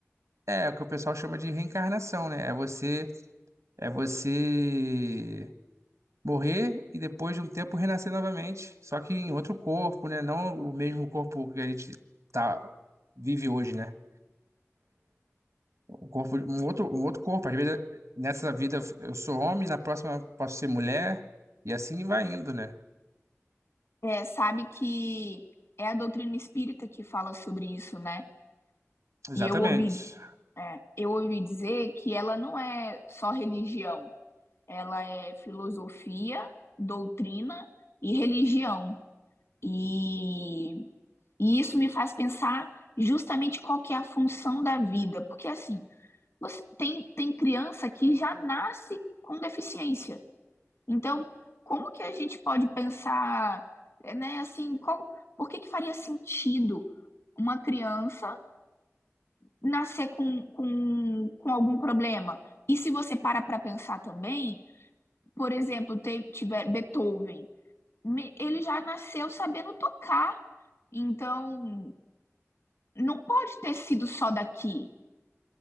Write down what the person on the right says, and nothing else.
É o que o pessoal chama de reencarnação, né? É você, é você morrer e depois de um tempo renascer novamente, só que em outro corpo, né? Não o mesmo corpo que a gente tá, vive hoje, né? O corpo, um outro, um outro corpo. Às vezes, nessa vida eu sou homem, na próxima posso ser mulher, e assim vai indo, né?
Exatamente.